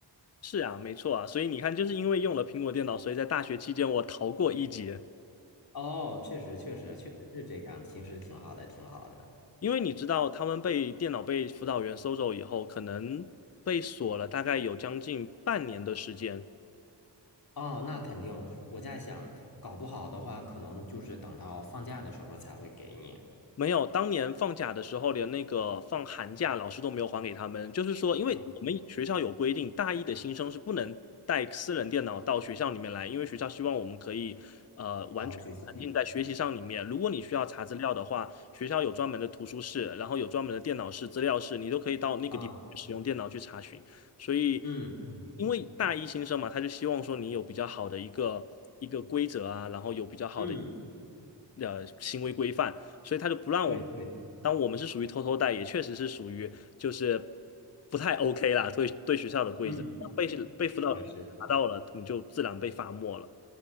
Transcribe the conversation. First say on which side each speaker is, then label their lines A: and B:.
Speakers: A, on the left; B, on the left.
A: 是啊，没错啊。所以你看，就是因为用了苹果电脑，所以在大学期间我逃过一劫。
B: 哦，确实确实确实是这样，其实挺好的，挺好的。
A: 因为你知道，他们被电脑被辅导员收走以后，可能被锁了大概有将近半年的时间。
B: 哦，那肯定，我在想，搞不好的话，可能就是等到放假的时候才会给你。
A: 没有，当年放假的时候，连那个放寒假，老师都没有还给他们。就是说，因为我们学校有规定，
B: 啊，
A: 大一的新生是不能带私人电脑到学校里面来，因为学校希望我们可以呃完全沉浸在学习上里面。
B: 好好学习。
A: 如果你需要查资料的话，学校有专门的图书室，然后有专门的电脑室、资料室，你都可以到那个地方使用电脑去查询。
B: 啊。
A: 所以，
B: 嗯
A: 因为大一新生嘛，他就希望说你有比较好的一个一个规则啊，然后有比较好的。
B: 嗯，
A: 呃，行为规范，所以他就不让我们。
B: 对对对，
A: 当我们是属于偷偷带，也确实是属于就是不太 OK 啦，对对学校的规则被被辅导员查到了，
B: 嗯是的，是的，
A: 你就自然被罚没了。